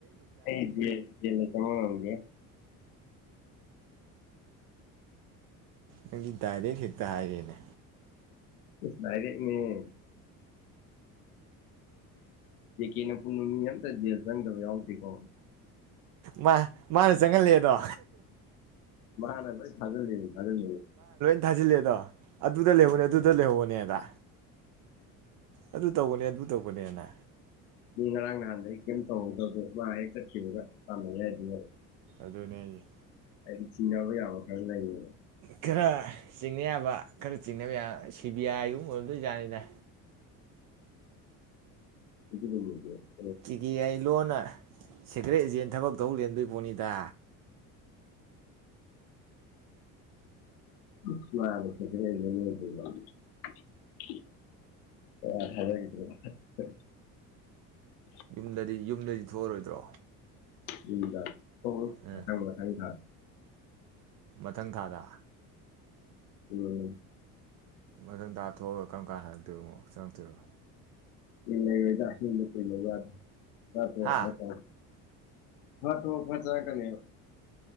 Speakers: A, on the left; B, on the right.
A: ꯑꯩꯂ ꯆꯃꯒꯦ <unintelligible>
B: ꯅꯪꯗꯤ ꯗꯥꯏꯔꯦꯛ ꯍꯦꯛꯇ ꯍꯥꯏꯔꯦꯅꯦ
A: ꯗꯥꯏꯔꯦꯛꯅꯦꯍꯦ ꯇꯤꯀꯦ ꯄꯨꯟꯕ ꯃꯤ ꯑꯝꯇ ꯖꯦꯜ ꯆꯪꯗꯕ ꯌꯥꯎꯗꯦꯀꯣ
B: ꯃꯥ ꯃꯥꯅ ꯆꯪꯍꯟꯂꯦꯗꯣ
A: ꯃꯥꯅ ꯂꯣꯏ ꯊꯖꯟꯂꯤꯅꯤ ꯊꯖꯟꯕꯗꯤ
B: ꯊꯥꯖꯤꯜꯂꯦ ꯑꯗꯣ ꯑꯗꯨꯗ ꯂꯩꯍꯧꯅꯦ ꯑꯗꯨꯗ ꯂꯩꯍꯧꯕꯅꯦꯗ ꯑꯗꯨ ꯇꯧꯕꯅꯦ ꯑꯗꯨ ꯇꯧꯕꯅꯦꯅ
A: ꯃꯤ ꯉꯔꯥꯡ ꯅꯍꯥꯟꯗꯒꯤ ꯀꯩꯝ ꯇꯧꯍꯧꯗꯕꯗꯣ ꯃꯥ ꯍꯦꯛ ꯆꯠꯈꯤꯕꯒ ꯇꯝꯅꯩ ꯍꯥꯏꯕ ꯌꯦꯡꯉꯣ
B: ꯑꯗꯨꯅꯦ ꯍꯥꯏꯖꯦ
A: ꯑꯩ ꯆꯤꯡꯅꯕ ꯌꯕ ꯈꯔ ꯂꯩꯌꯦ
B: ꯈꯔ ꯆꯤꯡꯅ ꯌꯥꯕ ꯈꯔ ꯆꯤꯡꯅꯕ ꯌꯥ ꯁꯤ ꯕꯤ ꯑꯥꯏ ꯒꯨꯝꯕ ꯑꯣꯏꯔꯝꯗꯣꯏ ꯖꯥꯠꯅꯤꯗ
A: ꯏꯗ <unintelligible>
B: ꯇꯤꯀꯦ ꯀꯥꯖꯦ ꯂꯣꯟꯅ ꯁꯦꯀ꯭ꯔꯦꯠ ꯑꯦꯖꯦꯟ ꯊꯕꯛ ꯇꯧ ꯂꯩꯔꯝꯗꯣꯏ ꯄꯣꯠꯅꯤꯗ
A: ꯍ <inaudible>
B: ꯌꯨꯝꯗꯗꯤ ꯌꯨꯝꯗꯗꯤ ꯊꯣꯛꯑꯔꯣꯏꯗ꯭ꯔꯣ
A: ꯌꯨꯝꯗ ꯊꯣꯛꯑꯔꯣꯏ
B: ꯎꯝ
A: ꯃꯊꯪ ꯃꯊꯪ ꯊꯥꯗ
B: ꯃꯊꯪ ꯊꯥꯗ
A: ꯎꯝ
B: ꯃꯊꯪ ꯊꯥ ꯊꯣꯛꯑꯒ ꯀꯔꯝ ꯀꯥꯟ ꯍꯜꯂꯛꯇꯣꯏꯕ ꯑꯃꯨꯛ ꯆꯪꯉꯛꯇꯣꯏꯕ
A: ꯏꯟꯅ ꯆꯅ ꯀ ꯂꯩ ꯌꯥꯗ <unintelligible> ꯑ ꯐꯦ
B: ꯍꯥ
A: <unintelligible> ꯐꯠ ꯊꯣꯛꯑ ꯐꯠ ꯆꯪꯉꯛꯀꯅꯦꯕ